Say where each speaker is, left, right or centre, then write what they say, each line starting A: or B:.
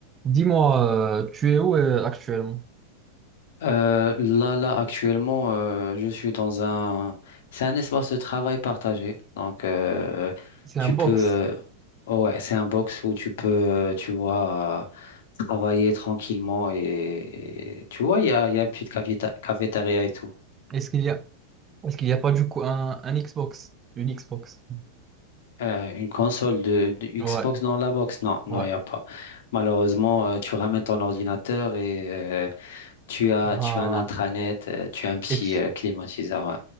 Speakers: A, on the right; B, on the left.
A: Dis-moi, euh, tu es où euh, actuellement?
B: Euh, là, là, actuellement, euh, je suis dans un... C'est un espace de travail partagé. Donc, euh,
A: C'est
B: tu
A: un box.
B: peux... euh, ouais, c'est un box où tu peux, euh, tu vois, euh, travailler tranquillement. Et, et tu vois, il y a, il y a une petite caféta- cafétéria et tout.
A: Est-ce qu'il y a, est-ce qu'il n'y a pas du coup un, un Xbox? Une Xbox.
B: Euh, une console de, de Xbox
A: Ouais,
B: dans la box? Non, non,
A: ouais.
B: il n'y a pas. Malheureusement, euh, tu ramènes ton ordinateur et euh, tu as,
A: Ah.
B: tu as un intranet, euh, tu as un petit
A: Et, tu,
B: euh, climatiseur. ouais.